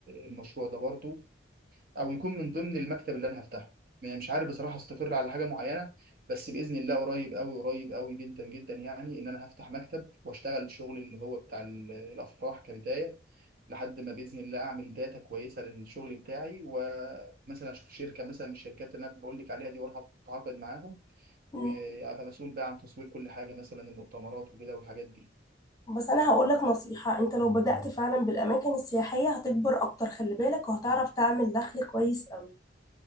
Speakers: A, on the right; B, on the left.
A: المشروع ده برضه او يكون من ضمن المكتب اللي انا هفتحه يعني مش عارف بصراحه استقر على حاجه معينه بس باذن الله قريب قوي قريب قوي جدا جدا يعني ان انا هفتح مكتب واشتغل الشغل اللي هو بتاع ال- الافراح كبدايه لحد ما باذن الله اعمل داتا كويسه للشغل بتاعي ومثلا اشوف شركه مثلا من الشركات اللي انا بقول لك عليها دي واروح اتعاقد معاهم
B: مم.
A: وابقى مسؤول بقى عن تصوير كل حاجه مثلا المؤتمرات وكده والحاجات دي
B: بس انا هقول لك نصيحة انت لو بدأت فعلا بالاماكن السياحية هتكبر اكتر خلي بالك وهتعرف تعمل دخل كويس قوي